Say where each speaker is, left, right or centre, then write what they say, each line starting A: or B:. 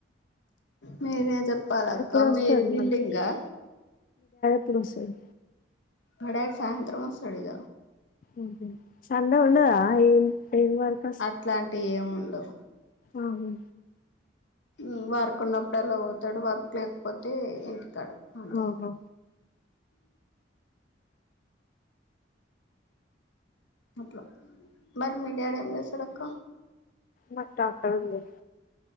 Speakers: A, on the left (about 75°); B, on the left (about 45°).
A: మీరే చెప్ ప్పాలక్క
B: ఎప్పుడు వస్తారు
A: మీది బిల్డింగ్ ఆ
B: ప్పుడొస్సాది
A: మా డాడి సాయంత్రం వొస్తాడిగ
B: ఊహూ సండే ఉండదా ఏం ఏం వర్క్
A: అట్లాంటివి ఏమున్ డొ
B: ఆహు
A: ఊ వర్క్ ఉన్నప్పుడు అలా పోతాడు వర్క్ లేకపోతే ఇ కాడ అంతే
B: ఆహా
A: అట్ల మరి మీ డాడీ ఏం చేస్తాడక్క
B: మాకు ట్రాక్టర్ ఉంది